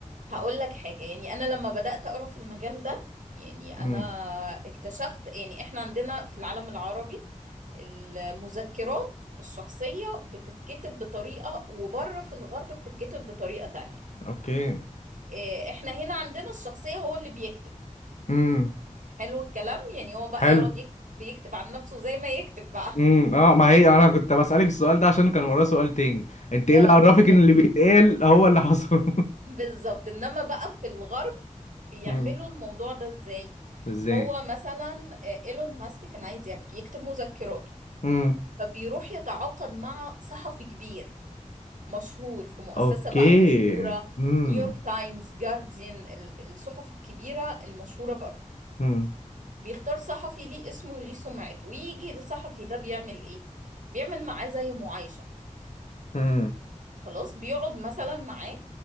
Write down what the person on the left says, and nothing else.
امم
اوكي
امم
حلو
امم اه ما هي انا كنت بسألك السؤال ده عشان كان وراه سؤال تاني انت ايه
اللي عرفك
ان اللي بيتقال هو اللي حصل
<laughs>
امم
ازاي
امم
اوكي
امم
امم
امم